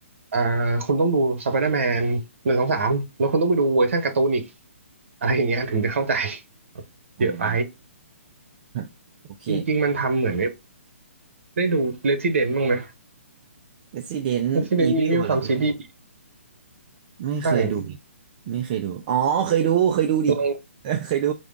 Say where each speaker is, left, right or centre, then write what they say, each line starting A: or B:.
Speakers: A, on the right; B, on the right.
A: อ่าคุณต้องดูสไปเดอร์แมนหนึ่งสองสามแล้วคุณต้องไปดูเวอร์ชันการ์ตูนอีกอะไรอย่างเงี้ยถึงจะเข้าใจ
B: อ่า
A: เยอะไป
B: <laughs> โอเค
A: จริงๆมันทำเหมือน ได้ดู Resident บ้างไหม
B: Resident
A: Resident
B: Evil
A: Evil
B: เหรอพี่
A: ทำซีรีส์ดี
B: ไม่เคยดู
A: ใช่
B: ไม่เคยดู อ๋อเคยดู เคยดูดิ
A: ลอง
B: <laughs> เออเคยดู